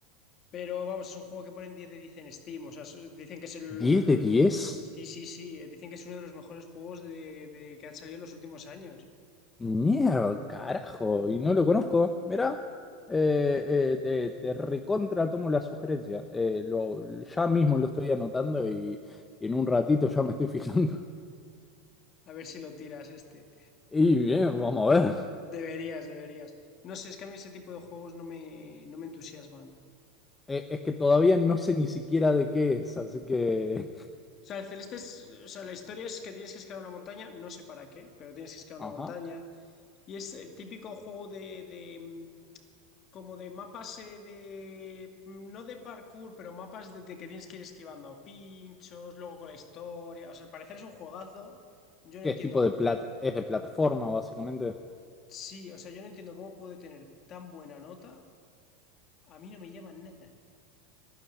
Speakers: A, on the left; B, on the left.
A: pero vamos, es un juego que ponen 10 de 10 en Steam. O sea, es- dicen que es el...
B: 10 de 10.
A: Sí, sí, sí, dicen que es uno de los mejores juegos de, de que han salido en los últimos años.
B: Mierda, carajo, y no lo conozco. Mirá, eh, eh, te, te recontra tomo la sugerencia. Eh, lo, ya mismo lo estoy anotando y, y en un ratito ya me estoy fijando. <laughs>
A: A ver si lo tiras este.
B: Y bien, vamos a ver.
A: Deberías, deberías. No sé, es que a mí ese tipo de juegos no me, no me entusiasman. O
B: Eh, es que todavía no sé ni siquiera de qué es, así que...
A: sea, el Celeste es, o sea, la historia es que tienes que escalar una montaña, no sé para qué, pero tienes que escalar
B: Ajá.
A: una montaña. Y es el típico juego de, de, mm, como de mapas eh, de, mm, no de parkour, pero mapas de, de que tienes que ir esquivando pinchos, luego con la historia. O sea, al parecer es un juegazo. Yo no
B: ¿Qué
A: entiendo,
B: es tipo de plata? ¿Es de plataforma, básicamente?
A: sí, o sea, yo no entiendo cómo puede tener tan buena nota. A mí no me llama nada.